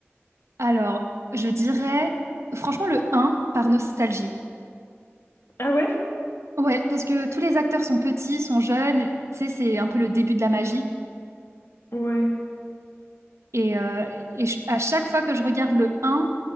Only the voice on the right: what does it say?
Alors, je dirais franchement le un par nostalgie.
Ouais, parce que tous les acteurs sont petits, sont jeunes, tu sais, c'est un peu le début de la magie.
Et, euh, et je- à chaque fois que je regarde le un,